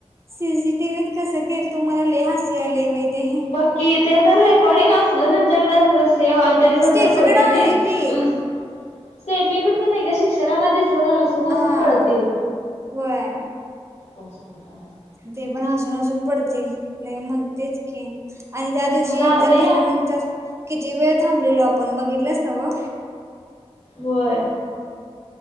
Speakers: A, on the right; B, on the left.
A: सीसीटीव्हीत कसं केलतो मला लय हसू यायलंय बाई. ते
B: बघ कि ते जर रेकॉर्डिंग असलं त्यांच्याकड सेव आणि त्यानी नंतर
A: स्टेफीकडं
B: बघितलीत
A: आहे की
B: हसा स्टेफीकडचं नाही ग शिक्षकांना दिसलं तर हसून हसून
A: हा
B: पडतील.
A: होय
B: करू शकतो कामाचं.
A: ते पण हसून हसून पडतील लय मण तेच की. आणि त्या दिवशी
B: मला
A: एक्झाम
B: लय
A: झाल्यानंतर किती वेळ थांबलेलो आपण बघितल्यास न्हवं.
B: होय.